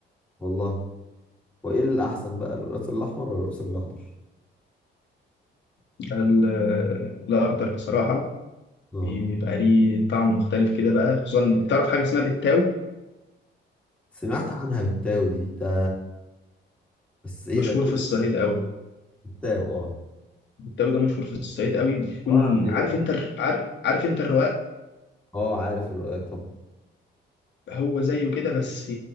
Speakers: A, in the centre; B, on the left.
A: والله وايه الاحسن بقى القلقاس الاحمر ولا القلقاس الاخضر
B: ده ال- الأخضر بصراحة
A: اه
B: بيبقى ليه طعم مختلف كده بقى خصوصا تعرف حاجة اسمها بالتاو
A: سمعت عنها بالتاو دي ده بس ايه
B: مشهور
A: ده قلت
B: في الصعيد أوي
A: بالتاو اه
B: التاو ده مشهور في الصعيد أوي بيكون
A: عبارة عن ايه بقى
B: عارف أنت الر- عارف عارف أنت الرقاق
A: اه عارف الرقاق طبعا
B: هو زيه كده بس